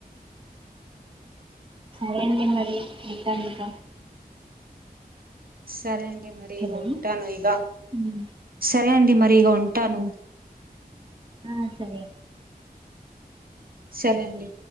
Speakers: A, on the right; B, on the right.
A: సరే అండి మరి ఉంటా ఇంకా
B: సరే అండి అండి మరి ఈ
A: హలో
B: ఉంటాను ఈగ
A: ఉమ్,
B: సరే అండి మరి ఈగ ఉంటాను.
A: ఆ ఆ సరే
B: సరే అండి